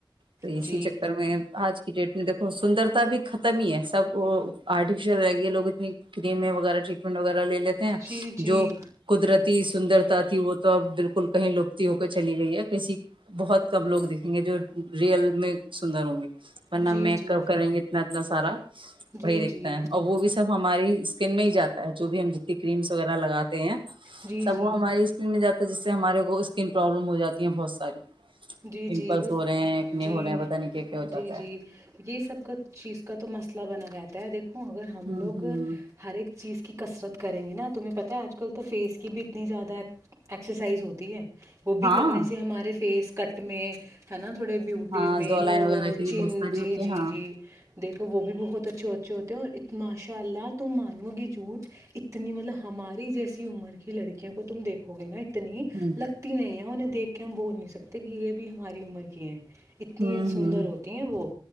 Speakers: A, on the right (about 85°); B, on the right (about 40°).
A: تو اسی
B: جی
A: چکر میں آج کی ڈیٹ میں۔ دیکھو سندرتا بھی ختم ہی ہے سب وہ آرٹیفیشیل رہ گی لوگ اتنی کریمیں وغیرہ ٹریٹمنٹ وغیرہ لے لیتے۔ ہیں
B: جی جی
A: جو قدرتی۔ سندرتا تھی وہ تو اب بالکل کہیں لبتی وبتی۔ چلی گئی ہے کسی بہت کم لوگ دیکھیں گے جو ریئل میں سندر ہوں گے۔ ورنہ
B: جی
A: میکپ
B: جی
A: کریں گے اتنا۔ اتنا سارا۔
B: جی
A: وہی دیکھتا
B: جی
A: ہے اور وہ بھی سب ہماری۔ اسکن میں ہی جاتا ہے جو بھی ہم جتنی کریمس وغیرہ لگاتے ہیں۔
B: جی
A: سب
B: جی
A: وہ ہماراری اسکن میں جاتا۔ ہے جس سے ہمارے کو۔ اسکن پرابلم ہو جاتی ہیں بہت ساری۔
B: جی
A: پمپلس
B: جی بس
A: ہو رہے ہیں اکنے
B: جی
A: ہو رہے ہیں پتا نہیں کیا کیا ہو جاتا
B: جی جی
A: ہے
B: یہ سب کا چیز کا تو مسل۔ لا بنا رہتا ہے دیکھو۔ اور اگر ہم
A: ہوں
B: لوگ
A: ہوں
B: ہر ایک چیز کی۔ کسرت کریں گے نا تمہیں پتہ آج کل تو فیس کی بھی اتنی زیادہ ایکسرسائز ہوتی ہے۔ وہ بھی
A: ہاں
B: کرنے سے ہمارے فیس۔ سٹ میں تھا نا۔ تھوڑے بیوٹیز
A: ہاں
B: میں
A: زولائن
B: نوج
A: وغیرہ کے لیے
B: چن
A: بہت ساری
B: جی
A: ہوتی ہیں
B: جی
A: ہاں
B: جی دیکھو وہ بھی بہت اچھا۔ اچے ہوتے ہیں اور ماشاء اللہ تم مانو گی جھوٹ اتنی مطلب ہماری جیسی عمر کی لڑکیوں کو تم دیکھو گے نا ات۔ نی
A: ہوں
B: لگتی نہیں انیں۔ دیک کے ہم بول نہیں سکت۔ تے کہ یہ بھی ہماری عمر کی ہیں۔ اتنی
A: ہمم
B: سندر
A: ہمم
B: ہوتی ہیں وہ